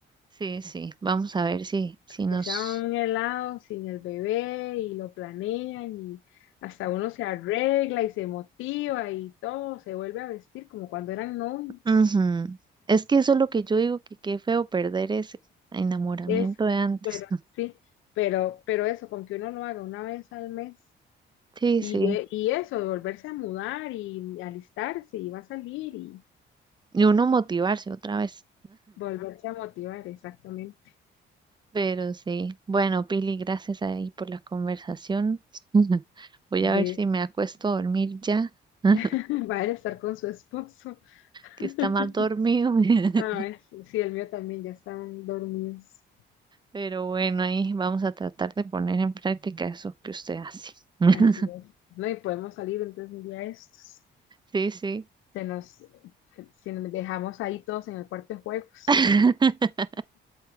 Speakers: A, on the right (about 20°); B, on the left (about 80°).
A: Sí, sí, vamos a ver si, si nos...
B: que sea un helado sin el bebé y lo planean y hasta uno se arregla y se motiva y todo, se vuelve a vestir como cuando eran novios.
A: Ujú. Es que eso es lo que yo digo, que qué feo perder ese enamoramiento
B: Es,
A: de antes.
B: pero
A: ¿no?
B: sí, pero, pero eso, con que uno lo haga una vez al mes
A: Sí,
B: y,
A: sí.
B: de- y eso, de volverse a mudar y alistarse y va a salir y
A: Y uno motivarse otra vez.
B: volverse a motivar, exactamente,
A: Pero sí. Bueno, Pili, gracias ahí por la conversación. <laughs> Voy
B: de
A: a ver si me acuesto a dormir ya, <laughs>
B: <laughs> va a estar con su esposo.
A: que
B: <laughs>
A: está mal dormido. <laughs>
B: Ah, es- sí, el mío también, ya están dormidos.
A: Pero bueno, ahí vamos a tratar de poner en práctica eso que usted hace. <laughs>
B: Así es. No, y podemos salir entonces un día de estos.
A: Sí, sí.
B: Se nos, si nos dejamos ahí todos en el cuarto de juegos.
A: <laughs>